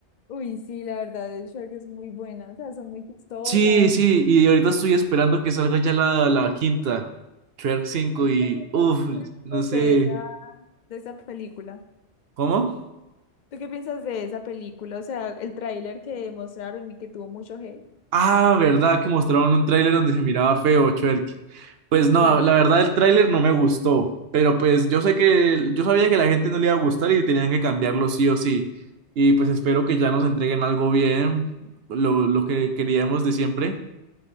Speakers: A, on the left; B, on the right.
A: Uy, sí, la verdad, el Shrek es muy buena, o sea, son muy chistosas.
B: Sí, sí, y ahorita estoy esperando que salga ya la, la quinta, Shrek 5
A: <laughs>
B: y uff, no sé,
A: De esa, de esa película.
B: ¿cómo?
A: ¿Tú qué piensas de esa película? O sea, el tráiler que mostraron y que tuvo mucho hate.
B: Ah, verdad que mostraron un tráiler donde se miraba feo, Chuerk. Pues no,
A: Sí,
B: la verdad el tráiler no me gustó, pero pues yo sé que yo sabía que a la gente no le iba a gustar y tenían que cambiarlo sí o sí. Y pues espero que ya nos entreguen algo bien, lo, lo que queríamos de siempre.